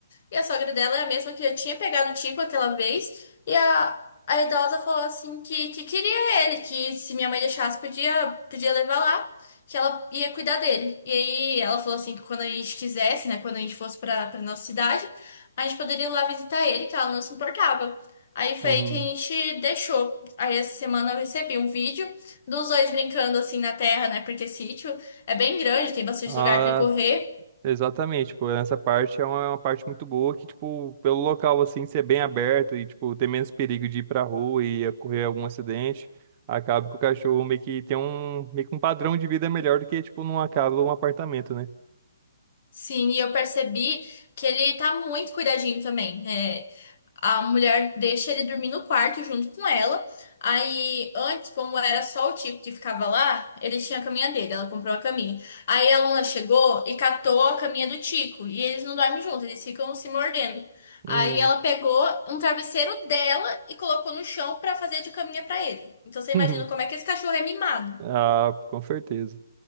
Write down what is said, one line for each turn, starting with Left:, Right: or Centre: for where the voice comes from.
Left: E a sogra dela é a mesma que já tinha pegado o Tico aquela vez. E a, a idosa falou assim que, que queria ele, que se minha mãe deixasse, podia, podia levar lá. Que ela ia cuidar dele. E aí ela falou assim que quando a gente quisesse, né? Quando a gente fosse pra, pra nossa cidade. A gente poderia ir lá visitar ele, que ela não se importava. Aí foi
Right: Uhum.
Left: aí que a gente deixou. Aí essa semana eu recebi um vídeo dos dois brincando assim na terra, né? Porque sítio é bem grande, tem bastante
Right: Ah,
Left: lugar para ele correr.
Right: Exatamente, tipo, essa parte é uma, é uma parte muito boa que, tipo, pelo local, assim, ser bem aberto e, tipo, ter menos perigo de ir pra rua e ocorrer algum acidente, acaba que o cachorro meio que tem um, meio que um padrão de vida melhor do que, tipo, numa casa ou um apartamento, né?
Left: Sim, e eu percebi que ele tá muito cuidadinho também. É, A mulher deixa ele dormir no quarto junto com ela. Aí, antes, como era só o Tico que ficava lá, ele tinha a caminha dele, ela comprou a caminha. Aí a Luna chegou e catou a caminha do Tico. E eles não dormem juntos, eles ficam se mordendo. Aí
Right: Uhum.
Left: ela pegou um travesseiro dela e colocou no chão pra fazer de caminha pra ele. Então você imagina
Right: <laughs>
Left: como é que esse cachorro é mimado.
Right: Ah, com certeza.